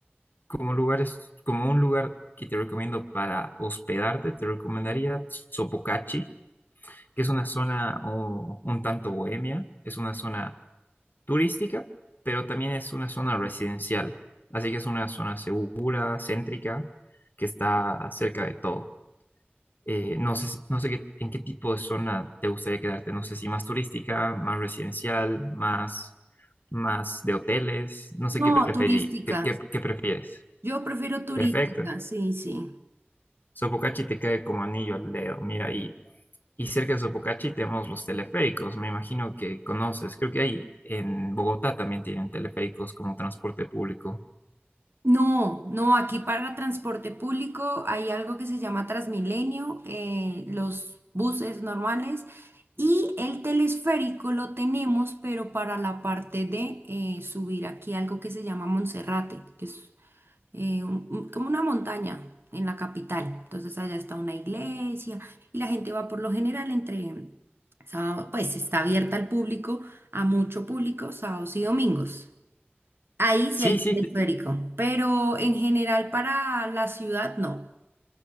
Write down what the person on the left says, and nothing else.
Como lugares, como un lugar que te recomiendo para hospedarte, te recomendaría Sopocachi, que es una zona oh, un tanto bohemia, es una zona turística, pero también es una zona residencial. Así que es una zona segura, céntrica, que está cerca de todo. Eh, no sé, si- no sé qué- en qué tipo de zona te gustaría quedarte. No sé si más turística, más residencial, más, más de hoteles. No sé
qué preferí,
qué, qué- qué prefieres.
Perfecto.
Sopocachi te cae como anillo al dedo. Mira, y. Y cerca de Sopocachi tenemos los teleféricos, me imagino que conoces. Creo que hay en Bogotá también tienen teleféricos como transporte público.
Sí,
sí, te-